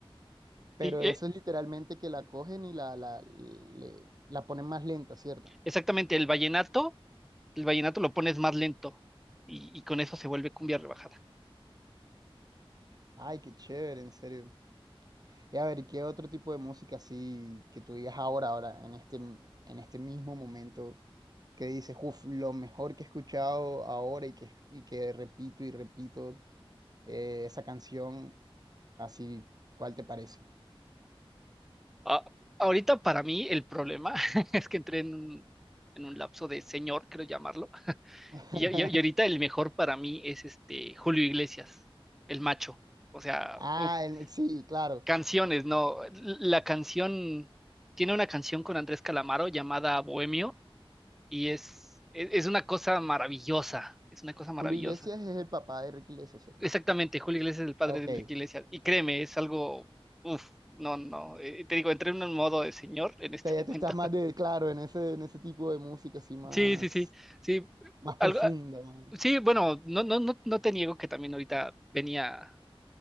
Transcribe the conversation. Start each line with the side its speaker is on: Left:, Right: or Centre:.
Right: Pero
Centre: Sí, eh,
Right: eso es literalmente que la cogen y la, la, le- la ponen más lenta, ¿cierto?
Centre: exactamente, el vallenato, el vallenato lo pones más lento y, y con eso se vuelve cumbia rebajada.
Right: Ay, qué chévere, en serio. Y a ver, ¿qué otro tipo de música así que tú digas ahora, ahora, en este, m- en este mismo momento, que dices, uff, lo mejor que he escuchado ahora y que, es- y que repito y repito eh, esa canción, así, ¿cuál te parece?
Centre: Ah, ahorita para mí el problema <laughs> es que entré en un, en un lapso de señor, creo llamarlo,
Right: <laughs>
Centre: y, y- y ahorita el mejor para mí es este Julio Iglesias, el macho. O sea,
Right: Ah,
Centre: uff,
Right: el- sí, claro.
Centre: Canciones, no. La canción, tiene una canción con Andrés Calamaro llamada Bohemio y es, es, es una cosa maravillosa, es una cosa maravillosa.
Right: Julio Iglesias es el papá de Ricky Iglesias, ¿cierto?
Centre: Exactamente, Julio Iglesias es el padre
Right: Ok.
Centre: de Enrique Iglesias y créeme, es algo, uff no, no, eh, te digo, entré en un modo de señor en este
Right: sea, ya
Centre: momento.
Right: te estás más
Centre: <laughs>
Right: de, claro, en ese, en ese tipo de música así más,
Centre: Sí, sí, sí, sí,
Right: más profunda,
Centre: algo,
Right: más-
Centre: sí, bueno, no, no, no, no te niego que también ahorita venía